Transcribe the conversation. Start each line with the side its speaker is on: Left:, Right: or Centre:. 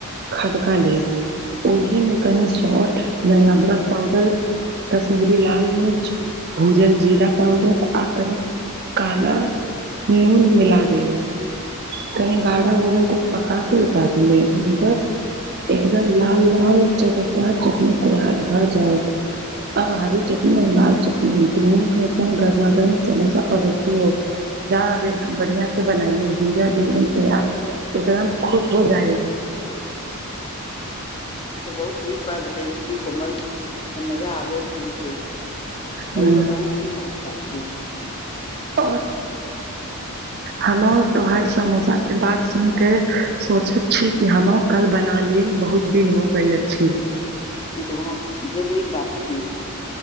Right: खदका लेब ओहि मे कनी सोठ मने अदरक पावडर कश्मीरी लाल मिर्च भूजल जीरा पावडर आ कने काला नून मिला देउ कनी गाढा होव तक पकाके उतार लेब बस एकदम लाल - लाल चटकदार चटनी तैयार भए जायत अब हरी चटनी आ लाल चटनी दुनू के संग गर्मा गर्म समोसा परोसी यो जा ऐ बेर एकदम बढ़िया से बनायो हे जीजाजी त आब एकदम खुश हो जाऐ‌ब
Left: ई तऽ बहुत नीक बात बतेल छि कि कोमल मजा आ गेल सुन के
Right: हाँ,
Left: ओरु बताउ की हाल चाल छी
Right: <inaudible> हमर तोहर समोसा के बात सुन के सोचैत छी कि हम कल बना ली बहुत दिन हो गेल अछि
Left: ई तऽ ब ढेर नीक बात छी